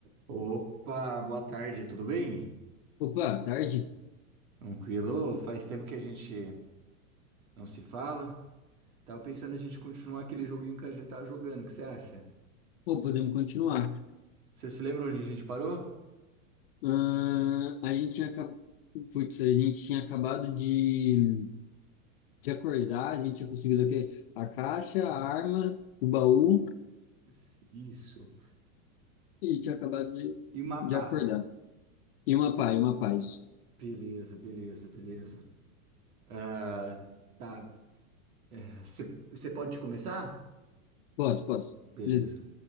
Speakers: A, on the right; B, on the left.
A: Opa, boa tarde, tudo bem?
B: Opa, tarde?
A: Tranquilo? Faz tempo que a gente não se fala. Tava pensando a gente continuar aquele joguinho que a gente tava jogando, o que você acha?
B: Pô, podemos continuar.
A: Você se lembra onde a gente parou?
B: Ahn, a gente tinha, acab- putz, a gente tinha acabado de, de acordar, a gente tinha conseguido aqui a caixa, a arma, o baú
A: Isso. Isso.
B: e tinha acabado de,
A: E mapar.
B: de acordar. E uma paz, uma paz.
A: Beleza, beleza, beleza. Ah, tá. É, Você você pode começar?
B: Posso, posso.
A: Beleza.
B: Beleza.